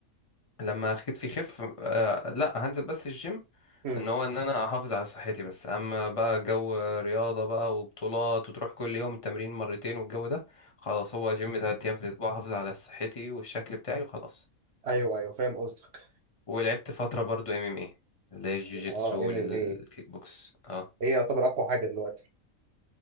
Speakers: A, on the left; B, on the right.
A: لما خدتي يخف آه لا هنزل بس الجيم
B: أمم.
A: ان هو ان انا احافظ على صحتي بس اما بقى جو رياضه بقى وبطولات وتروح كل يوم التمرين مرتين والجو ده خلاص هو جيم ثلاث ايام في الاسبوع احافظ على صحتي والشكل بتاعي وخلاص
B: ايوه ايوه فاهم قصدك
A: ولعبت فتره برضو ام ام اي اللي هي الجوجيتسو
B: اه ام
A: والكيك
B: ام ايه
A: بوكس اه
B: هي يعتبر اقوى حاجه دلوقتي